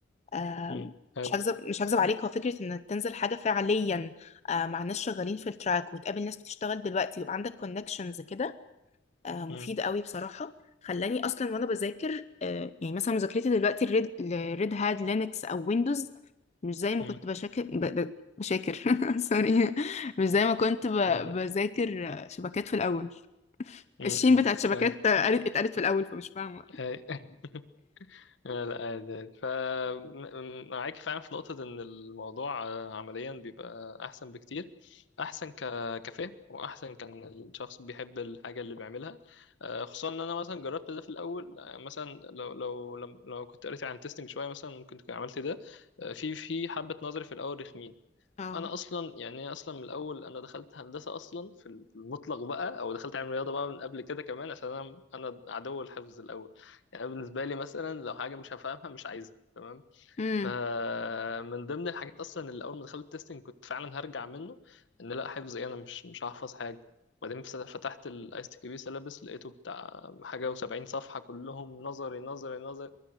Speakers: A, on the left (about 35°); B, on the left (about 80°).
A: آم،
B: مم. حلو
A: مش هكذب مش هكذب عليك هو فكرة انك تنزل حاجة فعليا آه، مع ناس شغالين في التراك وتقابل ناس بتشتغل دلوقتي ويبقى عندك كونكشنز كده آه، مفيد
B: مم.
A: قوي بصراحة خلاني اصلا وانا بذاكر آه، يعني مثلا مذاكرتي دلوقتي الريد الريد هات لينكس او ويندوز مش زي ما
B: مم.
A: كنت بشاكر ب- ب- بشاكر <laughs> سوري مش زي ما كنت ب-
B: لا
A: بذاكر آه، شبكات في الاول
B: م-م.
A: الشين بتاعت شبكات
B: فاهم
A: آه، قالت اتقالت في الاول فمش فاهمة
B: أي- <laughs> لا لا عادي عادي فمعاك فعلا في نقطة إن الموضوع آه، عمليا بيبقى أحسن بكتير أحسن ك... كفهم وأحسن كان الشخص بيحب الحاجة اللي بيعملها آه، خصوصا إن أنا مثلا جربت ده في الأول آه، مثلا لو لو لو لو كنت قريت عن تيستنج شوية مثلا ممكن كنت عملت ده آه، في في حبة نظري في الأول رخمين
A: <laughs>
B: انا اصلا يعني أنا اصلا من الاول انا دخلت هندسه اصلا في ال- في المطلق بقى او دخلت علم رياضه بقى من قبل كده كمان عشان انا انا عدو الحفظ الاول يعني أنا بالنسبه لي مثلا لو حاجه مش هفهمها مش عايزها تمام
A: اه
B: فمن ضمن الحاجات اصلا اللي اول ما دخلت التستنج كنت فعلا هرجع منه ان لا حفظ ايه انا مش مش هحفظ حاجه وبعدين فت- فتحت الايس تي بي سيلابس لقيته بتاع حاجه و70 صفحه كلهم نظري نظري نظري